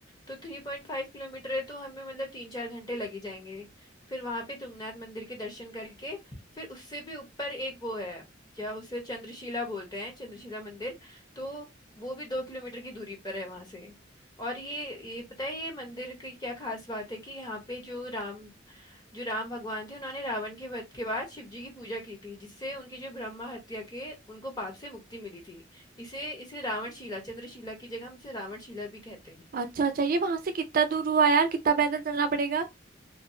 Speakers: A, on the left (about 20°); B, on the right (about 45°).
A: तो थ्री पॉइंट फाइव किलोमीटर है तो हमें मतलब तीन चार घंटे लग ही जाएंगे फिर वहां पे तुंगनाथ मंदिर के दर्शन करके फिर उससे भी ऊपर एक वो है क्या उसे चंद्रशिला बोलते हैं चंद्रशिला मंदिर तो वो भी दो किलोमीटर की दूरी पर है वहां से और ये ये पता है ये मंदिर की क्या खास बात है कि यहाँ पे जो राम जो राम भगवान थे उन्होंने रावण के वध के बाद शिव जी की पूजा की थी जिससे उनकी जो ब्रह्मा हत्या के उनको पाप से मुक्ति मिली थी इसे इसे रावणशिला चंद्रशिला की जगह हम इसे रावणशिला भी कहते हैं
B: अच्छा अच्छा ये वहाँ से कितना दूर हुआ यार कितना पैदल चलना पड़ेगा